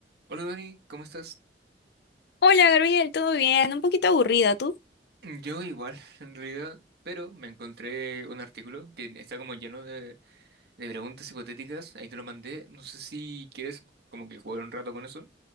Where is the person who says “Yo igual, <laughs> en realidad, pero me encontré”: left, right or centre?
Right